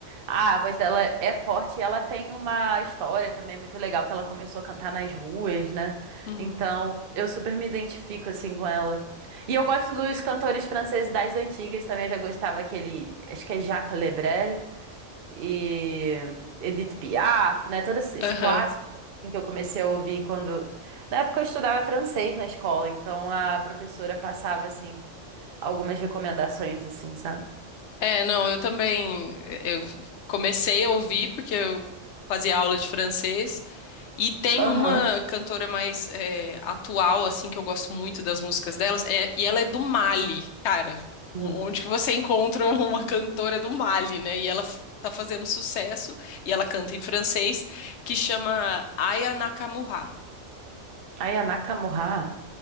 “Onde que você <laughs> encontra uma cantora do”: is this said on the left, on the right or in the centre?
Left